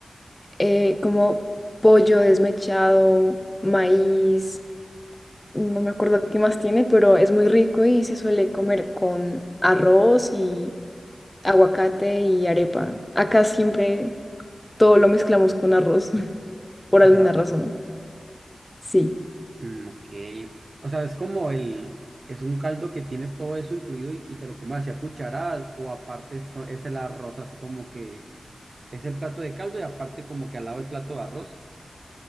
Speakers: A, on the left (about 15°); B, on the right (about 50°).
A: eh, como pollo desmechado, maíz, no me acuerdo qué más tiene, pero es muy rico y se suele comer con arroz y aguacate y arepa. Acá siempre todo lo mezclamos con arroz <laughs> por
B: con
A: alguna
B: arroz.
A: razón. Sí.
B: Mm, ok. O sea, es como el, es un caldo que tiene todo eso incluido y, y te lo comes así a cucharadas o aparte so- es el arroz, así como que es el plato de caldo y aparte como que al lado el plato de arroz.